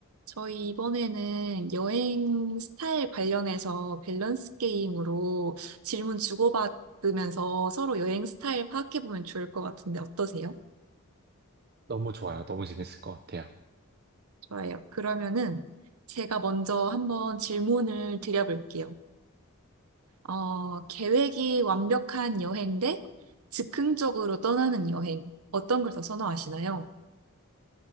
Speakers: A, on the right (about 80°); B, on the right (about 45°).
A: 저희 이번에는 여행 스타일 관련해서 밸런스 게임으로 질문 주고받으면서 서로 여행 스타일 파악해보면 좋을 것 같은데 어떠세요?
B: 너무 좋아요. 너무 재밌을 것 같아요.
A: 좋아요. 그러면은 제가 먼저 한번 질문을 드려볼게요. 어, 계획이 완벽한 여행 대 즉흥적으로 떠나는 여행. 어떤 걸 더 선호하시나요?